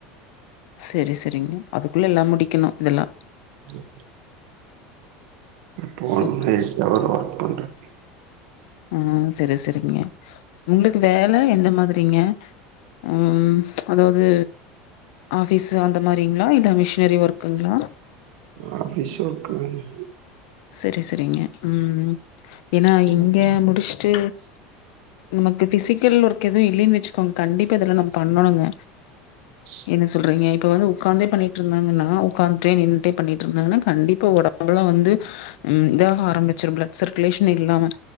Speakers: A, on the left; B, on the right.
A: செரி செரிங்க அதுக்குள்ள எல்லா முடிக்கணு இதெல்லா.
B: <inaudible> போனே
A: சரி.
B: ஷவர் ஒர்க் பண்ற <inaudible>
A: ம் செரி செரிங்க உங்குளுக்கு வேல எந்த மாதிரிங்க? ம் அதாவது ஆஃபீஸு அந்த மாரிங்ளா இல்ல மிஷினரி ஒர்க்குங்ளா?
B: ஆஃபீஸ் ஒர்க்குதாங்க.
A: செரி செரிங்க ம் ஏனா இங்க
B: அப்றோ
A: முடிச்ட்டு நமக்கு ஃபிசிக்கல் ஒர்க் எது இல்லீன் வெச்சுக்கோங் கண்டிப்பா இதுல்லா நம் பண்ணோணுங்க.
B: <inaudible>
A: என்ன சொல்றீங்க இப்போ வந்து உக்காந்தே பண்ணிட்ருந்தாங்கன்னா உக்காந்ட்டே நின்ட்டே பண்ணிட்ருந்தாங்கன்னா கண்டிப்பா ஒடம்பல்லா வந்து ம் தா ஆரம்பிச்சிரும் பிளட் சர்க்குலேஷன் இல்லாம